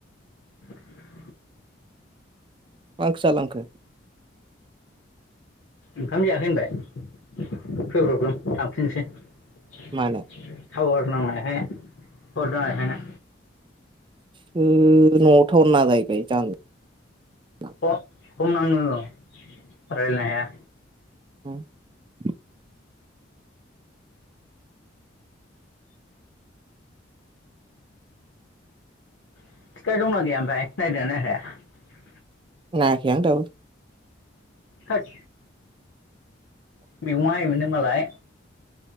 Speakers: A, on the left (about 75°); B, on the right (about 25°).
A: <inaudible>
B: मा ओंख्रि जालांखो
A: ओंखाम जायाखै होनबाय फै ब्रबदों थांफिनसै टावार
B: मानो
A: नांनायखाय हरदं आं एखायनो
B: <unintelligible> न'आव टावार नाङा जाहैबाय <inaudible>
A: ख' खमनाङो रायलायनो हाया
B: हम <unintelligible>
A: <inaudible> दंना गैया ओमफाय नायदों ना नायाखै
B: नायाखै आं दाबो
A: थोद मेगं हायोमोन नो मालाय